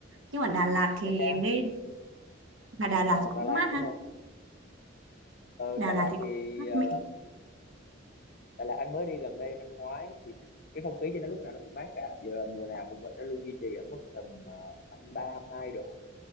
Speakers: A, on the right; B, on the left.
A: nhưng mà Đà Lạt thì
B: Nha Trang
A: nghe mà Đà Lạt
B: à, hoặc
A: thì cũng
B: Đà Lạt
A: mát
B: đúng
A: ha.
B: không ừ,
A: Đà
B: Đà
A: Lạt
B: Lạt
A: thì cũng
B: thì
A: mát
B: ờ,
A: mẻ
B: Đà Lạt anh mới đi gần đây năm ngoái thì cái không khí trên nó lúc nào nó cũng mát cả giờ là mùa nào cũng vậy nó luôn duy trì ở mức tầm uh, 23 22 độ